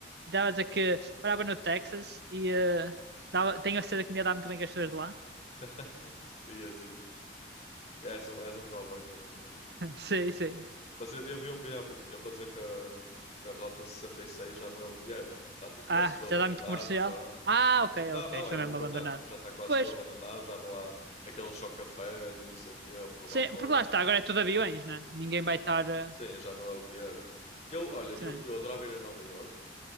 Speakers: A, on the right; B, on the left.
A: Estava a dizer que morava no Texas e eh, dava, tenho a certeza que me ia dar muito bem com as pessoas de lá.
B: <laughs> Ias, ias. Porque és um, és um cowboy também, não és?
A: <laughs> Sim, sim.
B: Mas eu, eu vi um vídeo há pouco tempo a dizer que a, que a Rota sessenta e seis já não é o que era. Está tipo
A: Ah,
B: quase tudo abandonado
A: já dá muito comercial?
B: já.
A: Ah, ok,
B: Não,
A: ok.
B: não,
A: Foi
B: é mesmo
A: mesmo
B: o contrário.
A: abandonado.
B: Tipo, já está quase
A: Pois,
B: tudo abandonado, já não há aqueles chocafés e não sei o quê por
A: sim,
B: lá fora.
A: porque lá está, agora é tudo aviões, né? Ninguém vai estar. eh,
B: Sim, já não é o que era. Eu, olha,
A: sim.
B: eu, eu adorava ir a Nova Iorque,